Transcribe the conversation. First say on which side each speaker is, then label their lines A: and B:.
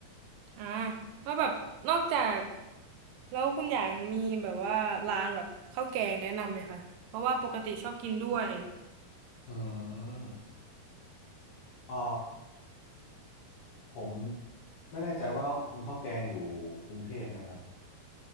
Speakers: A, on the right; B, on the left.
A: อ่าแล้วแบบนอกจากแล้วคุณอย่างมีแบบว่าร้านแบบข้าวแกงแนะนำไหมคะเพราะว่าปกติชอบกินด้วย
B: อืมอ่อผมไม่แน่ใจว่าคุณข้าวแกงอยู่กรุงเทพไหมครับ